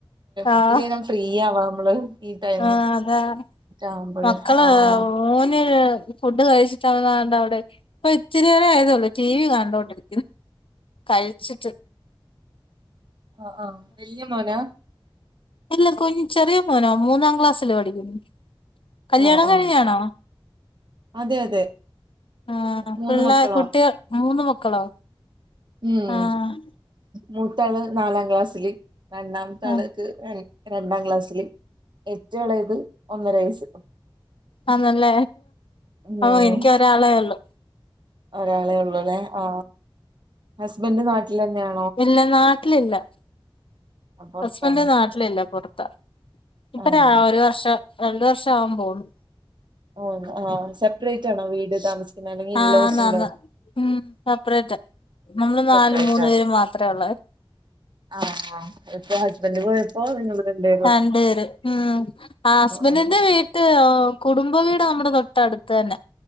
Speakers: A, on the left; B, on the right.
A: ആഹ്
B: ഇത്തിരി നേരം ഫ്രീ ആവാ നമ്മള് ഈ ടൈമ്
A: ആഹ് അതാ
B: ആവുമ്പോഴ്
A: മക്കള്
B: ആഹ്
A: മോന് ഫുഡ് കഴിച്ചിട്ട് അവൻ ദാണ്ടേ അവിടെ- ഇപ്പൊ ഇച്ചിരി നേരാവായതേയുള്ളൂ ടി വി കണ്ടോണ്ടിരിക്കുണു കഴിച്ചിട്ട്
B: ആഹ് ആഹ് വല്യ മോനാ
A: അല്ല കൊൻ ചെറിയ മോനോ മൂന്നാം ക്ലാസ്സില് പഠിക്കുന്നു കല്യാണം
B: ആഹ് ആഹ്
A: കഴിഞ്ഞാണോ
B: അതെ അതെ
A: ആ
B: മൂന്ന്
A: പിള്ളേ
B: മക്കളാ
A: കുട്ടികൾ മൂന്ന് മക്കളോ
B: ഉം
A: ആഹ്
B: മൂത്താള് നാലാം ക്ലാസ്സില് രണ്ടാമത്തെ
A: ആഹ്
B: ആള്ക്ക് - രണ്ടാം ക്ലാസ്സില് ഏറ്റവുംഇളയത് ഒന്നര വയസ്
A: ആന് അല്ലേ
B: ഉം
A: ഓ എനിക്ക് ഒരാളേ ഒള്ളു
B: ഒരാളെള്ളൂ അല്ലേ ആ ഹസ്ബൻഡ് നാട്ടിൽ തന്നെയാ
A: ഇല്ല നാട്ടിലില്ല
B: പൊറത്താണ്
A: ഹസ്ബൻഡ് നാട്ടിലില്ല പൊറത്ത ഇപ്പൊ
B: ആഹ്
A: ഒരു വർഷം രണ്ടു വർഷം ആകാൻ പോകുന്നു
B: ഓഹ് ഉം സെപ്പറേറ്റ് ആണോ വീട് താമസിക്കുന്ന അല്ലെങ്കിൽ ഇൻലോസ്
A: ആഹ് ആന്നാന്ന്
B: ഉണ്ടോ
A: ഉം സപ്പറേറ്റാ നമ്മള് നാല്
B: സെപ്പറേറ്റ്
A: മൂന്ന്
B: ആണ്
A: പേര് മാത്രേ ഒള്ളെ
B: ആഹ് ഇപ്പൊ ഹസ്ബന്ഡ് പോയ - ഓന് ഇന്ന് ഇവിടെണ്ട്
A: രണ്ട്‌ പേര് ഉം ആ ഹസ്ബന്റിന്റെ
B: ആഹ്
A: വീട്ട- മറ്റേ കുടുംബവീട് നമ്മുടെ തൊട്ടടുത്ത് തന്നെ